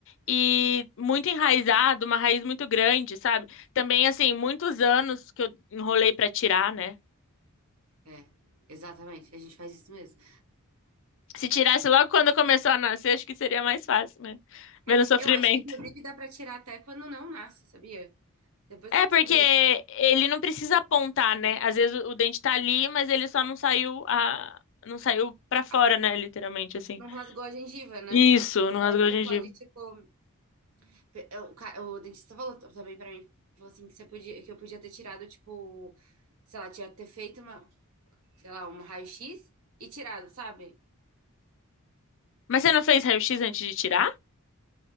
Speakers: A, on the left (about 60°); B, on the right (about 75°).
A: e muito enraizado, uma raiz muito grande, sabe? Também, assim, muitos anos que eu enrolei pra tirar, né?
B: É, exatamente. A gente faz isso mesmo.
A: Se tirasse logo quando começou a nascer, acho que seria mais fácil, né? Menos
B: É,
A: sofrimento.
B: eu acho que, inclusive, dá pra tirar até quando não nasce, sabia? Depois
A: É,
B: que eu
A: porque
B: descobri isso,
A: ele não precisa apontar, né? Às vezes o, o dente tá ali, mas ele só não saiu a... não saiu pra fora,
B: ah,
A: né? Literalmente, assim.
B: não rasgou a gengiva, né?
A: Isso, não
B: E
A: rasgou
B: aí
A: a
B: você
A: gengiva.
B: pode, tipo. pe- é, O, ca- o dentista falou t- também pra mim, falou assim, que você podia, que eu podia ter tirado, tipo, sei lá, tinha ter feito uma, sei lá, um raio-x e tirado, sabe?
A: Mas você não fez raio-x antes de tirar?